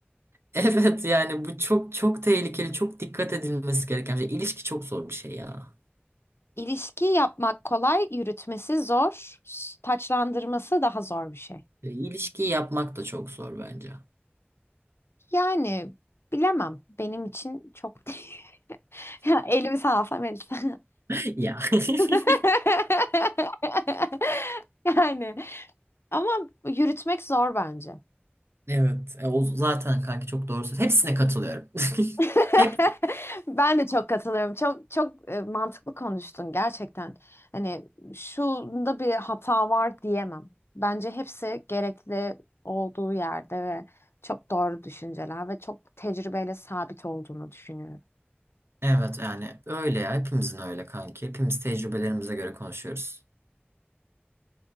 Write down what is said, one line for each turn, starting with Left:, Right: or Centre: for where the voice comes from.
Right: Evet yani bu çok çok tehlikeli, çok dikkat edilmesi gereken bir şey. İlişki çok zor bir şey ya.
Left: İlişki yapmak kolay, yürütmesi zor, s- taçlandırması daha zor bir şey.
Right: E, İlişkiyi yapmak da çok zor bence.
Left: Yani bilemem. Benim için çok... <laughs> Ya elim sağ Melisa.
Right: <laughs> Ya. <laughs>
Left: <laughs> Yani ama yürütmek zor bence.
Right: Evet, e, o zaten kanka çok doğru söylüyorsun. Hepsine katılıyorum.
Left: <laughs>
Right: <laughs> Hep
Left: Ben de çok katılıyorum. Çok çok e, mantıklı konuştun gerçekten. Hani şunda bir hata var diyemem. Bence hepsi gerekli olduğu yerde ve çok doğru düşünceler ve çok tecrübeyle sabit olduğunu düşünüyorum.
Right: evet yani öyle ya hepimizin öyle kanki. Hepimiz tecrübelerimize göre konuşuyoruz.